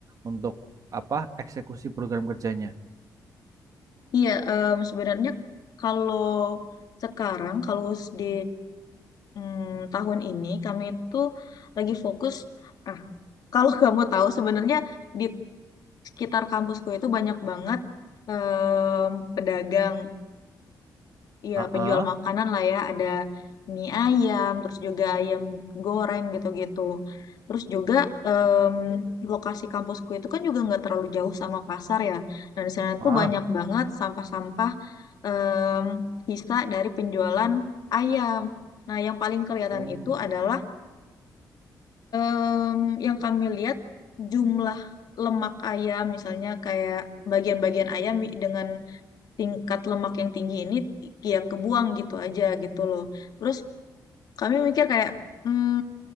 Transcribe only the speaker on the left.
Iya, em, sebenarnya kalau sekarang, kalau di mm, tahun ini, kami itu lagi fokus. Ah, kalau <laughs> kamu tahu, sebenarnya di sekitar kampusku itu banyak banget em, pedagang. Iya,
penjual makanan lah ya, ada mie ayam, terus juga ayam goreng gitu-gitu. Terus juga em, lokasi kampusku itu kan juga nggak terlalu jauh sama pasar ya. Dan di sana
tuh banyak banget sampah-sampah em, sisa dari penjualan ayam. Nah, yang paling kelihatan
itu adalah em, yang kami lihat jumlah lemak ayam, misalnya kayak bagian-bagian ayam dengan tingkat lemak yang tinggi ini ya kebuang gitu aja gitu loh. Terus kami mikir kayak hmm,